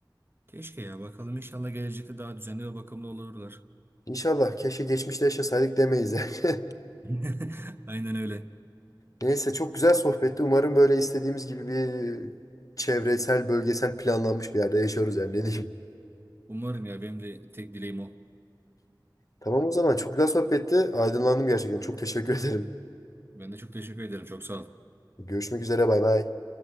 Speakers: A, on the right (about 30°); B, on the left (about 45°).
A: Keşke ya bakalım inşallah gelecekte daha düzenli ve bakımlı olurlar.
B: İnşallah keşke geçmişte yaşasaydık demeyiz yani. <laughs>
A: <laughs> Aynen öyle.
B: Neyse çok güzel sohbetti. Umarım böyle istediğimiz gibi bir çevresel, bölgesel planlanmış bir yerde yaşıyoruz yani ne diyeyim.
A: Umarım ya benim de tek dileğim o.
B: Tamam o zaman çok güzel sohbetti. Aydınlandım gerçekten. Çok teşekkür ederim.
A: Ben de çok teşekkür ederim. Çok sağ ol.
B: Görüşmek üzere bay bay.